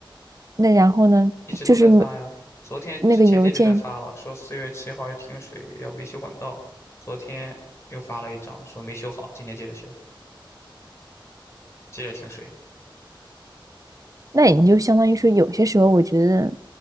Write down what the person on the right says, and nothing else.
那然后呢，
就是没
那个邮件，
那你就相当于说，有些时候我觉得